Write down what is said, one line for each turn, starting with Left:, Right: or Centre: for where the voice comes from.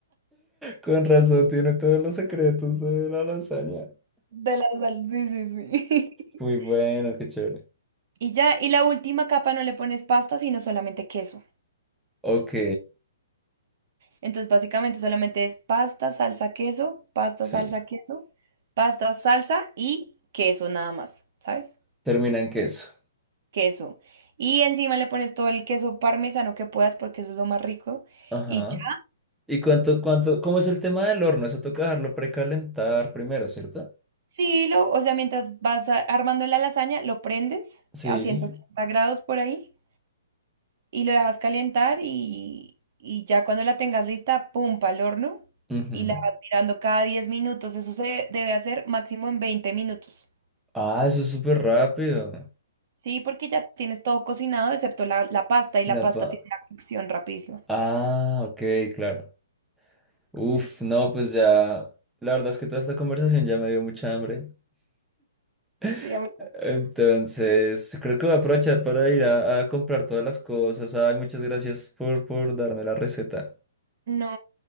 Centre: Con razón, tiene todos los secretos de la lasaña.
Right: de la salsa. Sí, sí, sí.
Centre: Muy
Right: <laughs>
Centre: bueno, qué chévere.
Right: Y ya, y la última capa no le pones pasta, sino solamente queso.
Centre: Ok,
Right: Entonces, básicamente solamente es pasta, salsa, queso, pasta,
Centre: sí.
Right: salsa, queso, pasta, salsa y queso nada más, ¿sabes?
Centre: Termina en queso.
Right: Queso. Y encima le pones todo el queso parmesano que puedas porque eso es lo más rico.
Centre: Ajá.
Right: Y ya,
Centre: ¿Y cuánto, cuánto, cómo es el tema del horno? Eso toca dejarlo precalentar primero, ¿cierto?
Right: sí, lo, o sea, mientras vas a- armando la lasaña, lo prendes
Centre: Sí.
Right: a 180 grados por ahí y lo dejas calentar y, y ya cuando la tengas lista, pum, al horno
Centre: Ujú.
Right: y la vas mirando cada 10 minutos. Eso se debe hacer máximo en 20 minutos.
Centre: Ah, eso es súper rápido.
Right: Sí, porque ya tienes todo cocinado excepto la, la pasta y la
Centre: La
Right: pasta
Centre: pa...
Right: tiene una cocción rapidísima.
Centre: Ah, ok, claro. Uf, no, pues ya. La verdad es que toda esta conversación ya me dio mucha hambre. <laughs>
Right: Sí, a mí-
Centre: Entonces, creo que voy a aprovechar para ir a, a comprar todas las cosas. Ay, muchas gracias por, por darme la receta.
Right: No,